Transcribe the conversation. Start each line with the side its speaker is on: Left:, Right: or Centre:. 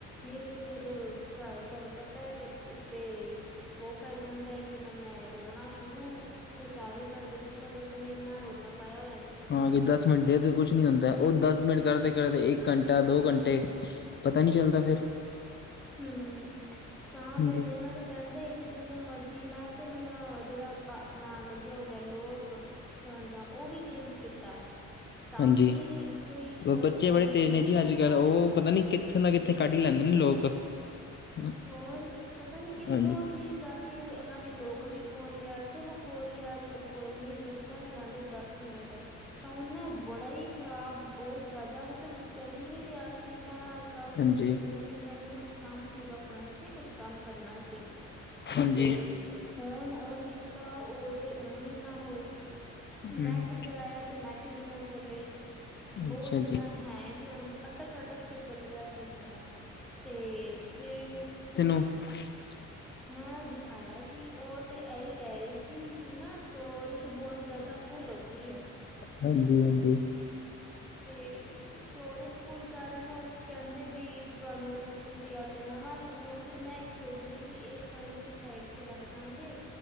Centre: ਨਹੀਂ ਤੇ ਫੇਰ ਘਰ ਤੁਹਾਨੂੰ ਪਤਾ ਫੇਰ ਤੇ ਫੇ ਉਹ ਪੈ ਜਾਂਦਾ ਕਿ ਨਾ ਮੈਂ ਰੋਣਾ ਸ਼ੁਰੂ ਫੇਰ ਸਾਰੇ ਘਰਦੇ ਗੁੱਸਾ ਕਰਦ ਦਿਨ ਇੰਨਾ ਰੋਲਾ ਪਾਇਆ ਹੋਇਆ। ਤੁਸੀਂ
Left: ਹਾਂ
Centre: ਘਰ
Left: ਕਿ ਦੱਸ ਮਿੰਟ ਦੇ ਦੇ ਕੁਛ ਨੀ ਹੁੰਦਾ ਉਹ ਦੱਸ ਮਿੰਟ
Centre: ਹਮ
Left: ਕਰਦੇ ਕਰਦੇ ਇਕ ਘੰਟਾ ਦੋ ਘੰਟੇ ਪਤਾ ਨਹੀਂ ਚੱਲਦਾ ਫੇਰ।
Centre: ਹੁ ਤਾਂ ਫੇਰ
Left: ਜੀ
Centre: ਦੇਣਾ ਤ ਪੈਂਥ ਇਚ ਜਿੰਨੇ ਮਰਜ਼ੀ ਮੈਂ ਤੇ ਹੁਨ ਜਿਹੜਾ ਅਪਨਾ ਲੱਗਿਆ ਹੁੰਦਾ ਲੋਕ ਫੋਨ ਦਾ ਉਹ ਵੀ ਚੇਂਜ ਕੀਤਾ। ਤਾਂ
Left: ਹਾਂਜੀ
Centre: ਵੀ ਕੋਈ ਫ਼ਰਕ
Left: ਬੱਚੇ
Centre: ਪੈਂਦਾ
Left: ਬੜੇ
Centre: ਨਹੀਂ
Left: ਤੇਜ਼
Centre: ਬੱਚੇ
Left: ਨੇ ਜੀ
Centre: ਆਪਣੇ
Left: ਅੱਜ ਕੱਲ੍ਹ
Centre: ਆਪ
Left: ਉਹ ਪਤਾ ਨੀ ਕਿੱਥੇ ਨਾ
Centre: ਹਮ
Left: ਕਿੱਥੇ ਕੱਢ ਲੈਂਦੇ ਨੇ ਲੋਕ। ਹਾਂ,
Centre: ਹੋਰ ਪਤਾ ਨੀ ਕਿੱਥੋਂ
Left: ਹਾਂਜੀ
Centre: ਦੀ ਜਾ ਕਿ ਇਹਨਾਂ ਨੇ ਲੋਕ ਵੀ ਖੋਲ੍ਹ ਲਿਆ ਚਲੋ ਖੋਲ੍ਹ ਲਿਆ ਚਲ ਕੋਈ ਨਹੀਂ ਬੱਚਾ ਚਲਾਂਦੇ ਦੱਸ ਮਿੰਟ। ਤਾਂ ਉਹਨਾਂ ਬੜਾ ਹੀ ਖ਼ਰਾਬ ਬੋਤ ਜੈਦਾ ਮਤਲਬ ਚਲੀ ਨਹੀਂ ਰਿਹਾ ਸੀ ਮੈਂ ਕੱਲ
Left: ਹਾਂਜੀ
Centre: ਤੇ ਮਤਲਬ ਕੀ ਮੈਨੂੰ ਕੁਛ ਕੰਮ ਸੀਗਾ ਫੋਨ ਤੇ ਕੁਛ ਕੰਮ ਕਰਨਾ ਸੀ।
Left: ਹਾਂਜੀ
Centre: ਤੇ ਫੋਨ ਓਨ ਕੀਤਾ ਉਹ ਤੇ ਓਨ ਈ ਨਾ ਹੋਏ‌। ਨੈਟ
Left: ਹਮ,
Centre: ਚਲਾਇਆ ਤੇ ਨੈਟ ਵੀ ਨਾ ਚੱਲੇ ਬੋਤ
Left: ਅੱਛਾ
Centre: ਜੈਦਾ
Left: ਜੀ
Centre: ਹੈਂਗ ਹੀ ਹੋਨ ਅਟਕ ਅਟਕ ਕੇ ਚੱਲ ਰਿਹਾ ਸੀ ਫੋਨ ਤੇ ਫੇਿਰ
Left: ਹਮ। <unintelligible>
Centre: ਮੈਂ ਦਿਖਾਇਆ ਸੀ ਉਹ ਤੇ ਇਹੀ ਕਹਿ ਰਹੀ ਸੀ ਕਿ ਨਾ ਸਟੋਰਜ ਬੋਤ ਜੈਦਾ ਤਾਂ ਫੁੱਲ ਹੋ ਗਈ ਏ।
Left: ਹਾਂਜੀ ਹਾਂਜੀ।
Centre: ਤੇ ਸਟੋਰੇਜ ਫੁੱਲ ਕਾਰਨ ਉਹ ਕਹਿੰਦੇ ਵੀ ਤੁਹਾਨੂੰ ਤੁਸੀਂ ਯਾ ਤੇ ਨਵਾਂ ਲੈ ਲਓ ਫਿਰ ਮੈਂ ਇਹ ਸੋਚ ਰਹੀ ਸੀ ਇਹ ਫੋਨ ਨੂੰ ਤੇ ਸਾਈਡ‍ ਰੱਖਦਾਂਗੇ